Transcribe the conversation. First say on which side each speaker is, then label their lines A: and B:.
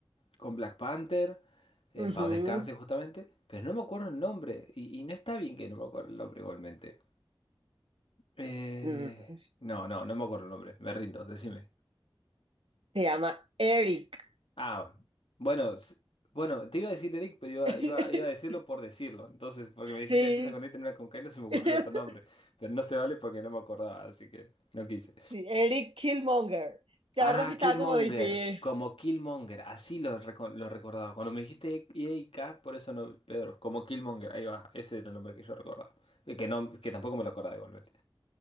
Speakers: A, on the left; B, on the right.
A: con Black Panther, en
B: Ujú.
A: paz descanse justamente, pero no me acuerdo el nombre y, y no está bien que no me acuerdo el nombre igualmente. Eh,
B: Mm,
A: no, no, no me acuerdo el nombre, me rindo, decime.
B: Se llama Eric.
A: Ah, bueno, s- bueno, te iba a decir Eric, pero iba,
B: <laughs>
A: iba, iba a decirlo por decirlo. Entonces, porque me dijiste
B: Sí.
A: empieza con E, y termina con K, y no se me ocurrió
B: <laughs>
A: otro nombre, pero no se vale porque no me acordaba, así que no quise.
B: Sí, Eric Killmonger. La
A: Ah,
B: verdad sí estaba
A: Killmonger,
B: como difícil.
A: como Killmonger, así lo, reco- lo recordaba. Cuando me dijiste EAK, por eso no, Pedro, como Killmonger, ahí va, ese era el nombre que yo recordaba. Y Que, no, que tampoco me lo acordaba igualmente.